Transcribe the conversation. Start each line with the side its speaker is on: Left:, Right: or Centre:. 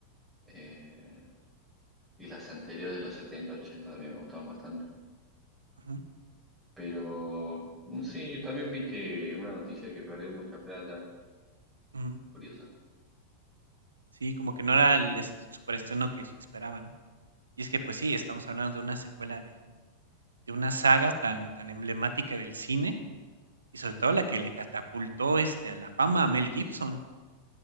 Centre: Eh, y las anteriores de los 70 80 también me gustaban bastante.
Right: ujú,
Centre: Pero mm, sí, también vi que una noticia que perdió mucha plata.
Right: ujú.
Centre: Curiosa.
Right: Sí, como que no era el est- superestreno que esperaban. Y es que, pues sí, estamos hablando de una secuela de, de una saga tan, tan emblemática del cine, y sobre todo la que le catapultó este, a la fama a Mel Gibson.